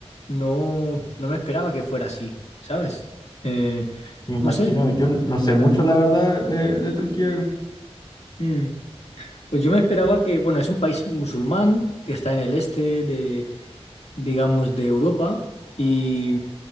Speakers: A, on the left (about 75°); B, on the left (about 45°).
A: no, no me esperaba que fuera así, ¿sabes? Eh,
B: Me imagino,
A: no sé.
B: yo no sé mucho la verdad de, de Turquía
A: Mm, Pues yo me esperaba que, bueno, es un país musulmán que está en el este digamos, de Europa y,